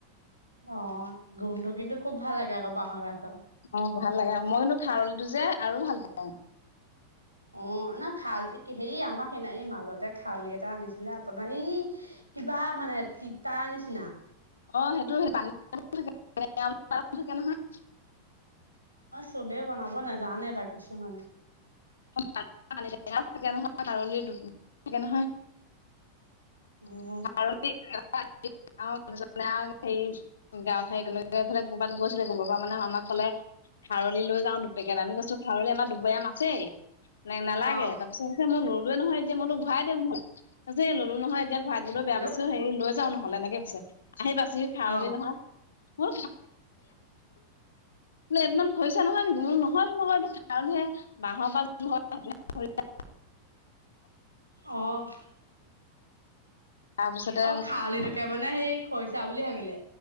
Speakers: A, on the right; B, on the left.
A: অহ, গুণধটো কিন্তু খুব ভাল লাগে আকৌ বাঁহৰ গা
B: অহ, ভাল লাগে মই কিন্তু খাৰলিটো যে আৰু ভাল পাওঁ।
A: অহ, ন' খাৰলি হেৰী আমাৰ সেইদিনা এই মাজতে খাৰলি এটা আনিছিলে আপোনাৰ এই কিবা মানে তিতাৰ নিচিনা
B: অহ, সেইটো সেই পানী <unintelligible>
A: চবেই বনাব নেজানে বা কিছুমানে
B: <unintelligible> থাকে নহয় খাৰলি <unintelligible> নহয়।
A: অ
B: <unintelligible> গাওঁ হেই <unintelligible> খাৰলি লৈ যাওঁ দুপেকেট আমি কৈছো খাৰলি আমাৰ দুবৈয়াম আছেই। নে নালাগে
A: অ
B: তাৰপিছত কছে মই ললোৱে নহয় এতিয়া মইতো ঘুৰাই দিয়ক <unintelligible> এই ললো নহয় এতিয়া। ঘুৰাই দিবলৈ বেয়া
A: হেল্ল'
B: পাইছো, হেৰি লৈ যাওঁ নহ'লে এনেকে পিছে আহি পাছেহি খাৰলি
A: অ
B: নহয়। <unintelligible> মই বুলো নহয়- নহয় এইটো কাৰনহে বাঁহৰ বাজ <unintelligible>
A: অহ',
B: তাৰপিছতে
A: অ', খাৰলি তোকে মানে সেই খৰিচা বুলি ভাবিলে